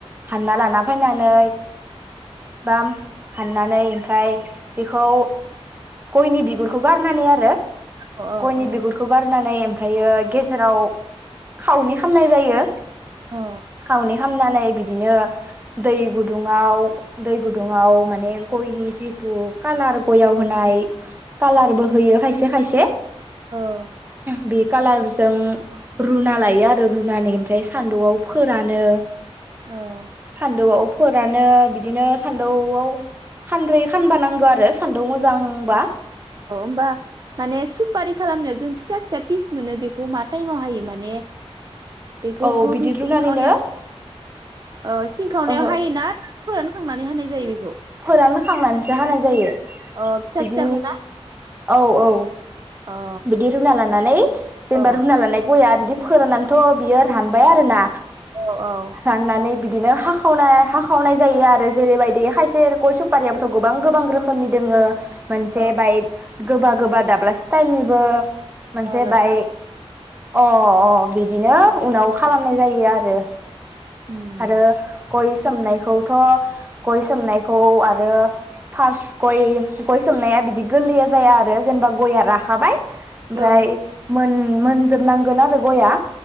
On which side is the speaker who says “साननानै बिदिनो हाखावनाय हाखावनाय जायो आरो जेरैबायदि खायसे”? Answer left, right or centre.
Right